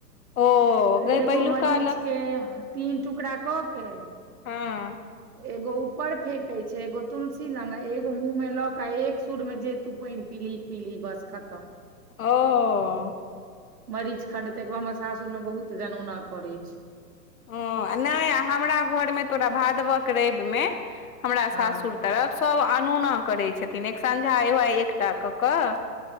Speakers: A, on the left; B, on the right.
A: ओ गै
B: एगो
A: पहिलुका
B: मरीच
A: अलग
B: के तीन टुकड़ा कऽ के
A: हँ
B: एगो ऊपर फेके छै एगो तुलसी लग एगो मुंह में लऽ के एक सुर में जे तू पइन पिली पिली बस खतम
A: ओ
B: मरीच खण्ड तऽ एगो हमर सासुर मे बहुत जनौना करै छै।
A: ओ नहि आ हमरा घरमे तोरा भादबक रैबमे हमरा
B: हँ
A: सासुर तरफ सब अनोना करै छथिन एकसंझा एगो एकटा कऽ कऽ